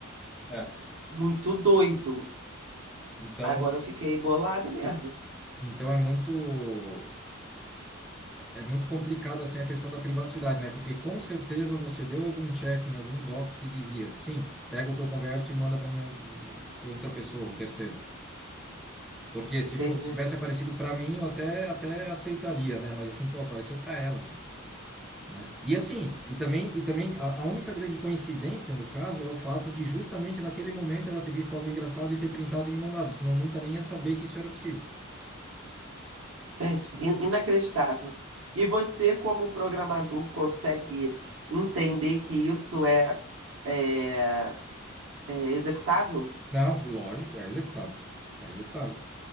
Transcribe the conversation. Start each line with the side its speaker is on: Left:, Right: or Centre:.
Centre: É.
Right: Muito doido.
Centre: Então,
Right: Agora eu fiquei bolada mesmo.
Centre: então é muito é muito complicado assim a questão da privacidade, né? Porque com certeza você deu algum check em algum box que dizia, sim, pega o que eu converso e manda para minha hum, outra pessoa, um terceiro. Porque
Right: Entendi.
Centre: se fosse, se tivesse aparecido para mim, eu até até aceitaria, né? Mas assim, pô, apareceu para ela. cara. né? E assim, e também, e também a, a única grande coincidência no caso é o fato de justamente naquele momento ela ter visto algo engraçado e ter printado e me mandado, senão nunca nem ia saber que isso era possível.
Right: Gente, in- inacreditável. E você, como programador, consegue entender que isso é, é, é executável?
Centre: Não, lógico, é executável, é executável,